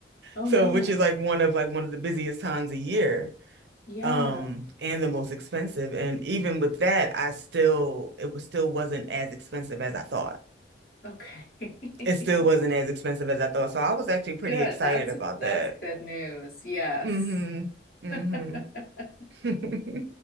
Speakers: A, on the left; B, on the right.
A: Oh
B: So,
A: no.
B: which is like one of like one of the busiest times a year,
A: Yeah.
B: um, and the most expensive. And even with that, I still it was still wasn't as expensive as I thought.
A: Okay.
B: It still
A: <laughs>
B: wasn't as expensive as I thought. So I was actually pretty
A: Good.
B: excited
A: That's
B: about
A: that's
B: that.
A: good news. Yes.
B: hmm
A: <laughs>
B: hmm <laughs>